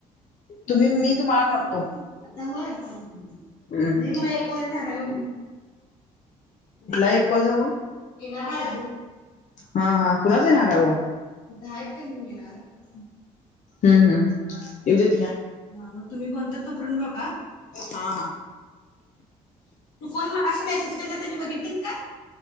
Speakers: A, on the left; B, on the left.
A: हम्म
B: तुम्ही
A: मी तर
B: तुम्हाला
A: आवडतो
B: करतो.
A: आतोय आवाज. <unintelligible>
B: हम्म
A: नाही मला एक कॉल झाल्याव कुठला आहे
B: एक
A: को
B: कॉल
A: येणार
B: झाला?
A: आहे अजून <unintelligible>
B: हा हा कुणाच येणार आहे ओ?
A: इथं आहेत का नाही येणार हा
B: हम्म हम्म येऊ देत घ्या
A: मग तुम्ही कोणत तो परत बघा.
B: हा- हा.
A: तू कोन मगाशी मेसेज केला त्यांनी बघितलीत काय?